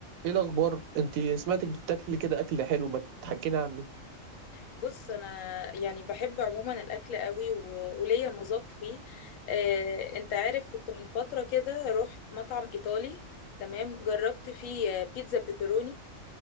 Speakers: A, on the right; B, on the left.
A: ايه الاخبار انت سمعتك بتاكلي كده اكل حلو ما تحكينا عنه
B: بص انا يعني بحب عموما الاكل قوي و- وليا مذاق فيه آه، انت عارف كنت من فتره كده رحت مطعم ايطالي تمام جربت فيه آه، بيتزا بيبروني